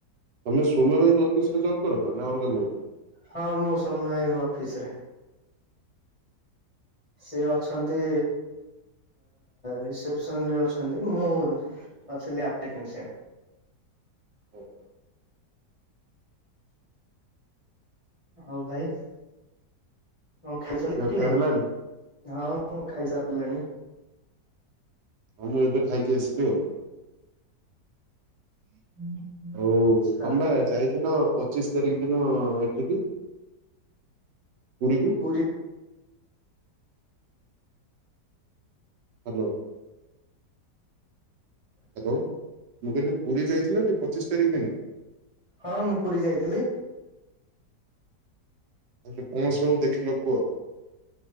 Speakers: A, on the right (about 80°); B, on the left (about 30°).
A: ତମେ ସୋମ ଭାଇଙ୍କ ଅଫିସ ରେ ଜବ୍ କରୁଛ ନା ଅଲଗା କୋଉଠି?
B: ହଁ ମୁଁ ସମୟ ଆଇବ ଅଫିସ ରେ। ସେ ଅଛନ୍ତି ରିସେପସନ ରେ ଅଛନ୍ତି ମୁଁ ଅଛି ଆପ ଟେକ୍ନିସିଆନରେ।
A: ହୁଁ।
B: ହଉ ଭାଇ କଣ ଖାଇଛନ୍ତି
A: ଖିଆ ପିଆ
B: କି ନାଇଁ?
A: ହେଲାଣି
B: ହଁ ମୁଁ ଖାଇସାରିଲିଣି।
A: ହଁ ମୁଁ ଏବେ ଖାଇକି ଆସିଲି ଆଉ।
B: ଆଚ୍ଛା
A: ଆଉ ତମେ ପା ଯାଇଥିଲ ପଚିଶି ତାରିଖ ଦିନ ଏଠିକି ପୁରୀକୁ
B: ପୁରୀ।
A: ହାଲୋ। ହ୍ୟାଲୋ ମୁଁ କହିଲି ପୁରୀ ଯାଇଥିଲ ଟି ପଚିଶ ତାରିଖ ଦିନ?
B: ହଁ ମୁଁ ପୁରୀ ଯାଇଥିଲି।
A: କହିଲି କଣ ସବୁ ଦେଖିଲ କୁହ?